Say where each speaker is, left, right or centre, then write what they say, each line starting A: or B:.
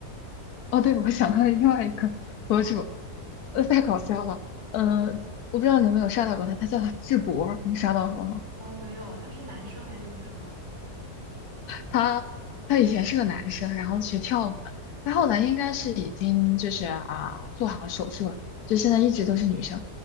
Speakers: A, on the left; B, on the right.
A: 哦，对，我想到了另外一个博主，
B: 嗯
A: 呃，太搞笑了。嗯、
B: 嗯，
A: 我不知道你有没有刷到过他，他叫智博，你刷到过吗？
B: 哦，没有，他是男生还是女生啊？
A: 他他以前是个男生，然后学跳舞的，他后来应该是已经就是啊做好手术了，就现在一直都是女生。